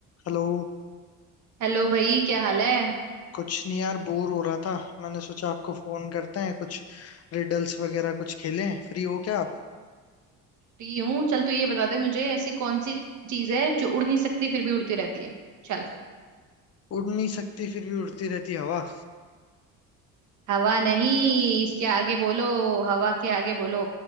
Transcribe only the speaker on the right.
Hello भाई क्या हाल है
फ्री हूँ चल तू ये बता दे मुझे ऐसी कौन सी चीज है जो उड़ नहीं सकती फिर भी उड़ती रहती है चल
हवा नहीं इसके आगे बोलो हवा के आगे बोलो